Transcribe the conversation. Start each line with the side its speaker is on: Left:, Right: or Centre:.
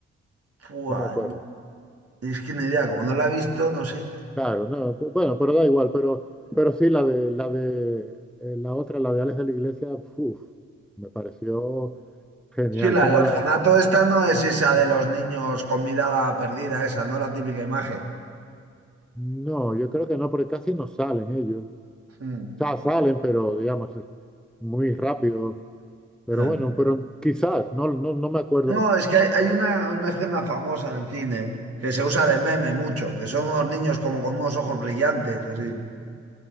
Right: Buah,
Centre: no me acuerdo.
Right: es que ni idea, como no la he visto, no sé.
Centre: Claro, no, p- bueno, pero da igual, pero, pero sí, la de, la de, eh, la otra, la de Alex de la Iglesia, uf, me pareció genial.
Right: Sí, la
Centre: Como
Right: del orfanato
Centre: la,
Right: esta no es esa de los niños con mirada perdida, esa, ¿no? La típica imagen.
Centre: no, yo creo que no, porque casi no salen ellos. O
Right: Mm.
Centre: sea, salen, pero digamos, es muy rápido. Pero
Right: Mm.
Centre: bueno, pero quizás, no, no, no me acuerdo.
Right: No, es que hay, hay una, una escena famosa en el cine que se usa de meme mucho, que son unos niños como con unos ojos brillantes, así.